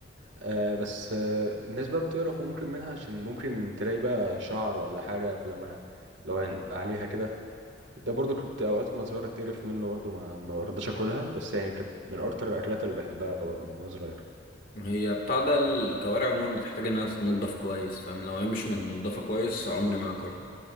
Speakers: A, on the right (about 75°); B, on the left (about 50°).
A: آه بس آه الناس بقى بتقرف ممكن منها عشان ممكن تلاقي بقى شعر ولا حاجة لما لو يعني بقى عليها كده ده برضو كنت اوقات وانا صغير اتقرف منه برضو ما ما برضاش اكلها بس يعني كانت من اكتر الاكلات اللي بحبها برضو من وانا صغير
B: هي بتاع ده الكوارع عموما بتحتاج إنها تتنضف كويس فاهم لو هي مش متنضفة كويس عمري ما هاكلها